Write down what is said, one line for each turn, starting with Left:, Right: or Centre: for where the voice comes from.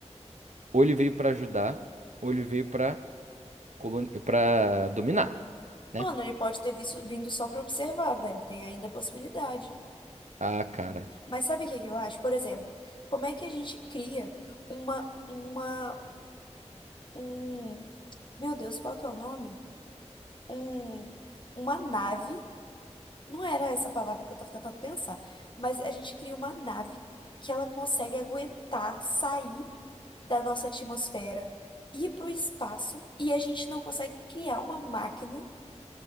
Right: ou ele veio pra ajudar, ou ele veio pra, colon... pra dominar, né?
Left: mano, ele pode ter visto, vindo só para observar, velho, tem ainda a possibilidade.
Right: Ah, cara.
Left: Mas sabe o que que eu acho? Por exemplo, como é que a gente cria uma uma um, meu Deus, qual que é o nome? Um, uma nave, não era essa palavra que eu tava tentando pensar, mas a gente cria uma nave que ela consegue aguentar sair da nossa atmosfera, ir para o espaço, e a gente não consegue criar uma máquina